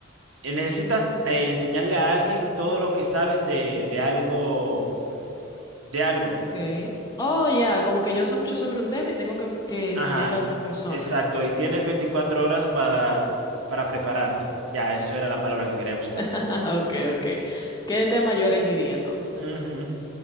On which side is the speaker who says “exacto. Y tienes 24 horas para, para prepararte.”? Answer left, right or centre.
Right